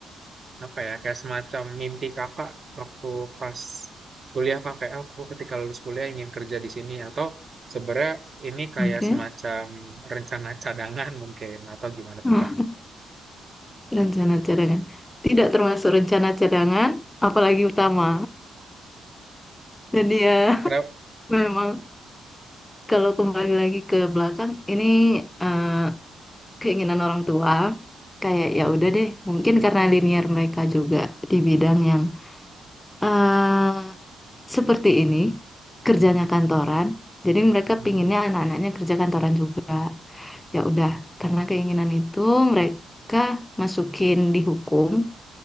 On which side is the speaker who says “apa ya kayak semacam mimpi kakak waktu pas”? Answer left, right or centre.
Right